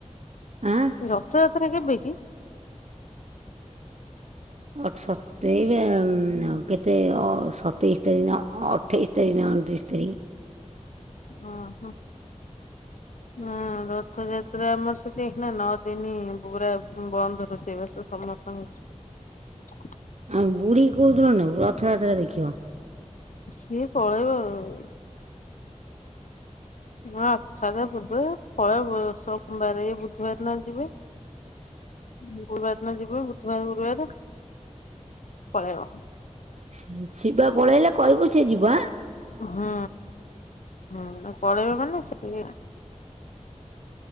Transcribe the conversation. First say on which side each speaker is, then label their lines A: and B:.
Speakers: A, on the right; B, on the left.
A: ଆଁ
B: ରଥଯାତ ଯାତ୍ରା କେବେ କି?
A: ଅଠ ସତେଇ ଏ କେତେ ସତେଇଶ ତାରିଖ, ନା ଅଠେଇଶ ତାରିଖ, ନା ଅଣତିରିଶ ତାରିଖ।
B: ଓହୋ ନା ରଥଯାତ୍ରା ଆମର ସେଠି ନା ନଅ ଦିନ ପୁରା ବନ୍ଦ ରୋଷେଇବାସ ସମସ୍ତଙ୍କର।
A: ଆ ବୁଢୀକି କୋଉଦିନ ନବୁ ରଥଯାତ୍ରା ଦେଖିବ?
B: ସିଏ ପଳେଇବ-ଅ। ହଁଅ। ସଦାପୁୁର୍ବରୁ। <unintelligible> ସୋମବାର ଏ ବୁଧବାର ନା ଯିବେ? ଗୁରୁବାର ଦିନ ଯିବ ବୁଧବାର ଗୁରୁବାରେ। ପଳେଇବ।
A: ଶି- ଶିବ ପଳେଇଲେ କହିବୁ ସେ ଯିବ ଆଁ।
B: ହଁ ହଁ, ପଳେଇବ ମାନେ ସେଇଆ।